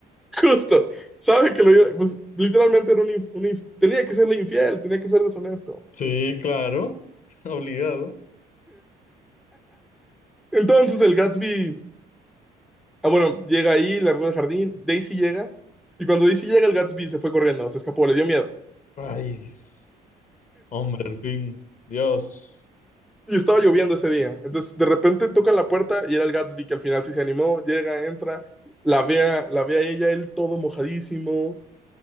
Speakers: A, in the centre; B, on the left (about 50°).
A: <laughs> Justo, sabe que lo iba, pues, literalmente era un, inf- un inf- tenía que serle infiel, tenía que ser deshonesto.
B: Sí, claro, <laughs> obligado.
A: Entonces el Gatsby, ah, bueno, llega ahí, largó el jardín, Daisy llega, y cuando Daisy llega, el Gatsby se fue corriendo, se escapó, le dio miedo.
B: Ay, s- hombre, al fin, Dios.
A: Y estaba lloviendo ese día. Entonces de repente toca la puerta y era el Gatsby que al final sí se animó, llega, entra, la ve a, la ve a ella, él todo mojadísimo.